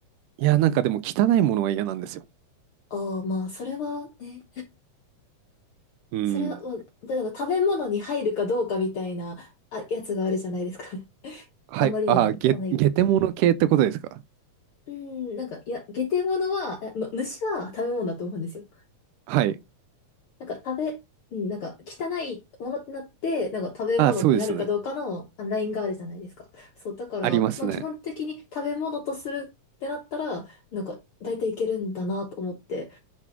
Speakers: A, on the right; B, on the left.
A: いや、なんかでも汚いものは嫌なんですよ。
B: ああ、まあ、それはね。
A: うん。
B: それは、だから食べ物に入るかどうかみたいな、あ、やつがあるじゃないですか。<laughs>
A: はい。
B: あまりにも汚いと。
A: ああ、ゲ、ゲテモノ系ってことですか
B: うん、なんか、いや、下手物は、あま、虫は食べ物だと思うんですよ。
A: はい。
B: なんか食べ、うん、なんか汚いものってなって、なんか食べ物ってなるかどうかのあラインがあるじゃないですか。
A: あ、そうですね。
B: そう、だから、
A: ありますね。
B: まあ基本的に食べ物とするってなったら、なんか大体いけるんだなと思って。